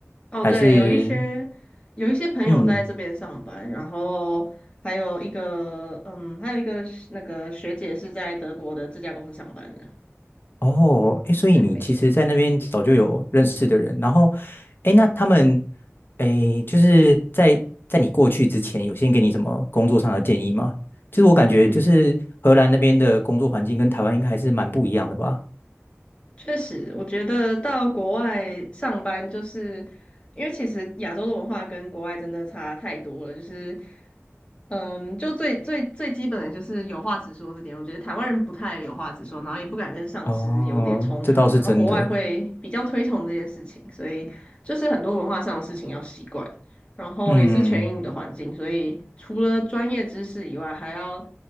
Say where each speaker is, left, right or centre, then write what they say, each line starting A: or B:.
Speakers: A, on the left; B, on the left.
A: 哦，
B: 还是
A: 对，有一些有一些朋友在这边上班，
B: 嗯？
A: 然后还有一个嗯，还有一个那个学姐是在德国的这家公司上班的。
B: 哦，哎，所以你其实，
A: 对，没错。
B: 在那边早就有认识的人，然后，哎，那他们，哎，就是在在你过去之前，有先给你什么工作上的建议吗？就是我感觉，
A: 嗯，
B: 就是荷兰那边的工作环境跟台湾应该还是蛮不一样的吧？
A: 确实，我觉得到国外上班，就是因为其实亚洲的文化跟国外真的差太多了，就是。嗯，就最最最基本的就是有话直说这点，我觉得台湾人不太有话直说，然后也不敢跟上司有点冲突，
B: 哦，这倒是真的。
A: 然后国外会比较推崇这件事情，所以就是很多文化上的事情要习惯，然后也是全英语的环境，
B: 嗯，
A: 所以除了专业知识以外，还要